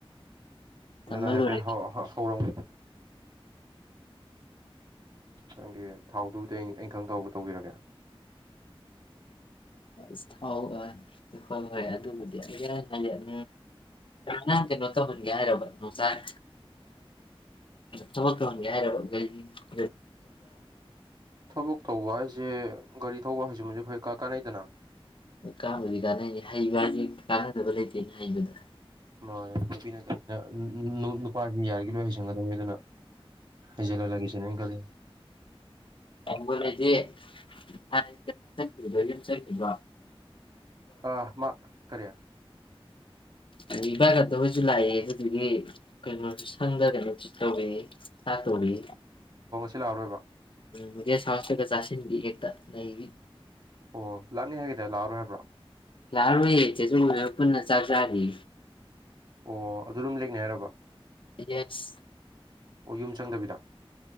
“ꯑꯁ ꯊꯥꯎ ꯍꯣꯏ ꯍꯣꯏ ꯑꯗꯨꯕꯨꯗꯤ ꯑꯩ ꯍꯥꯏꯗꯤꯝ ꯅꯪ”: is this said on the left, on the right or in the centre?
Left